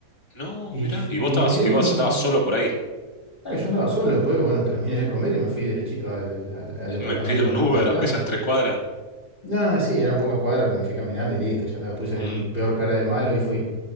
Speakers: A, on the left; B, on the left.
A: No,
B: Y,
A: mirá,
B: yo-
A: y vos
B: y
A: estabas,
B: me quedé
A: y vos
B: como...
A: andabas solo por ahí.
B: Claro, yo andaba solo, después, bueno, terminé de comer y me fui derechito al, al al departamento
A: Me pide un
B: donde
A: Uber,
B: me estaba quedando.
A: aunque sean tres cuadras.
B: No, sí, eran pocas cuadras, me fui caminando y listo, ya está, puse mi
A: Mm,
B: peor cara de malo y fui.